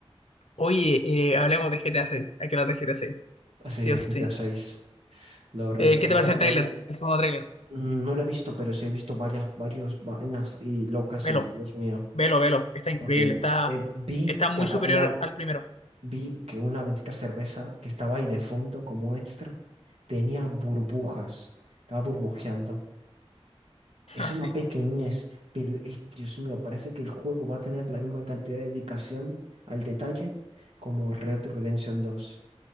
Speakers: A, on the left (about 80°); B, on the right (about 75°).
A: Oye, eh, hablemos de GTA 6. Hay que hablar de GTA 6.
B: Sí,
A: Sí o
B: GTA
A: sí.
B: seis Lo retrasaron.
A: Eh, ¿qué te parece el tráiler? El segundo tráiler.
B: Mm, No lo he visto, pero sí he visto varias, varios vainas y locas
A: Velo,
B: y Dios mío.
A: velo, velo. Está increíble.
B: Ok.
A: Está,
B: Eh, vi
A: está muy
B: que había,
A: superior al primero.
B: vi que una bendita cerveza que estaba ahí de fondo como extra tenía burbujas. Estaba burbujeando.
A: <laughs>
B: Es
A: Así.
B: una pequeñez, pero es, Dios mío, parece que el juego va a tener la misma cantidad de dedicación al detalle como Red Dead Redemption dos